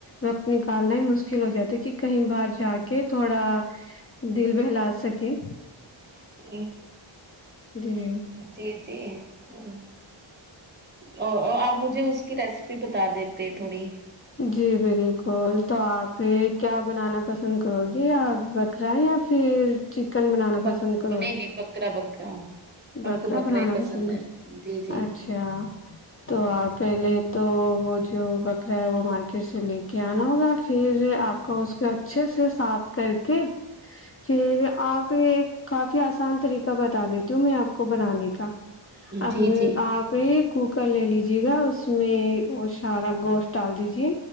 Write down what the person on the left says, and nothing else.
وقت نکالنا ہی مشکل ہو جاتا ہے کہ کہیں باہر جا کے تھوڑا دل بہلاو سکے
جی
جی بالکل تو آپ کیا بنانا پسند کرو گے آپ بکرا یا پھر چکن بنانا
پسند کرو
بکرا
بنانا
پسند
کرو
اچھا تو آپ پہلے تو وہ جو ب وہ مارکیٹ سے لے کے آنا ہوگا پھر آپ کو اس کو اچھے سے صاف کر کے پھر آپ ایک کافی آسان طریقہ بتا دیتی ہوں میں آپ کو بنانے کا اب
آپ کوکر لے لیجیے جیے گا اس میں وہ سارا گوشت ڈال دیجے